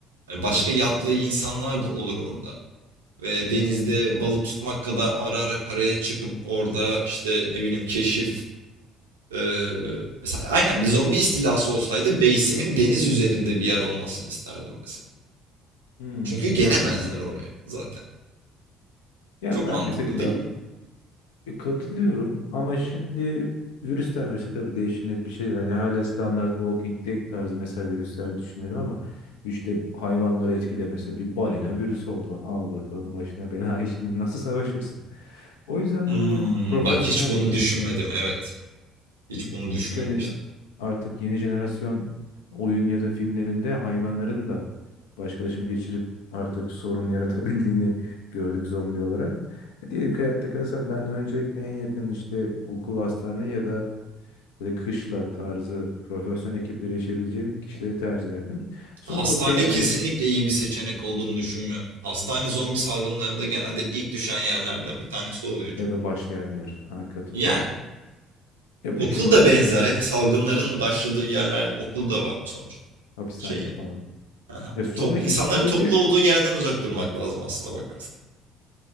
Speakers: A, on the right; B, on the left.
A: Yani başka
B: evet.
A: yatlı insanlar da olur orada. Ve denizde balık tutmak kadar ara ara karaya çıkıp orada işte ne bileyim keşif eee, mesela aynen bir zombi istilası olsaydı base'imin deniz üzerinde bir yer olmasını isterdim mesela.
B: Hmm,
A: Çünkü gelemezler
B: anladım.
A: oraya zaten.
B: Ya
A: Çok
B: ben
A: mantıklı
B: bir tık
A: değil
B: daha
A: mi?
B: Bir katılıyorum ama şimdi virüsten virüse tabii değişen net bir şey değil. Yani hala standart Walking Dead tarzı mesela virüsler düşünüyorum ama işte hayvanları etkilemese bir balina virüs oldu. Al bakalım başına bela <laughs> şimdi nasıl savaşırsın? O yüzden
A: Hmm,
B: böyle profesyonel
A: bak hiç bunu
B: ekipsi
A: düşünmedim. Evet. Hiç
B: gibi.
A: bunu düşünmemiştim.
B: Çünkü hani artık yeni jenerasyon oyun ya da filmlerinde hayvanların da başkalaşım geçirip artık sorun yaratabildiğini <laughs> gördük zombi olarak. E, diyelim ki hayatta kalsam ben öncelikle en yakın işte okul, hastane ya da böyle kışla tarzı profesyonel ekiplere erişebileceğim kişileri tercih ederdim. Sonra
A: Hastane
B: okey hani
A: kesinlikle iyi bir seçenek olduğunu düşünmüyorum. Hastane zombi salgınlarında genelde ilk düşen yerlerden bir tanesi oluyor çünkü.
B: ya da başlayan yer. Ha, katılıyorum.
A: Yani
B: Ya
A: okul
B: bu şey olarak
A: da benzer.
B: s-
A: Hep salgınların başladığı yerlerde okul da var sonuçta.
B: hapishane
A: Şey ya.
B: falan.
A: Aha.
B: Ya sonraki
A: Top, insanların
B: süreci
A: toplu olduğu yerden uzak durmak lazım aslında bakarsan.